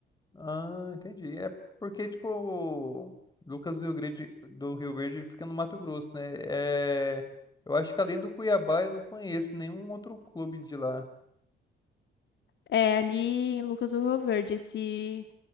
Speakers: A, on the left (about 20°); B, on the left (about 65°).
A: Ah, entendi. É porque, tipo, o Lucas do Rio Grande, do Rio Verde fica no Mato Grosso, né? É... Eu acho que além do Cuiabá, eu não conheço nenhum outro clube de lá.
B: É ali em Lucas do Rio Verde. Esse,